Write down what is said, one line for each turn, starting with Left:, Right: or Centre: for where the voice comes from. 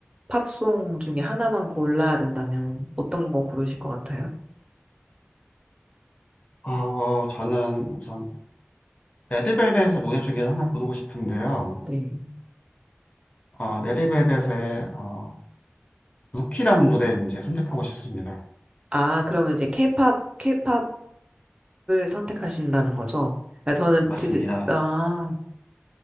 Right: 팝송 중에 하나만 골라야 된다면 어떤 거 고르실 것 같아요?
Left: 어, 저는 우선 레드벨벳의 노래 중에 하나 고르고 싶은데요.
Right: 네.
Left: 어, 레드벨벳의 어, 루키라는 노래 이제 선택하고 싶습니다.
Right: 아, 그러면 이제 케이팝 케이팝을 선택하신다는 거죠? 그러니까 저는
Left: 맞습니다.
Right: 진짜 아,